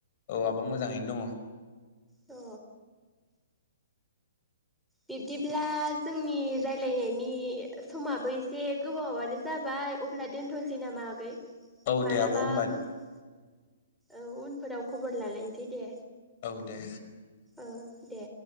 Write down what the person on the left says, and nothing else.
औ आब' मोजाङैनो दङ'।
औ
दे आब' होमबा
औ दे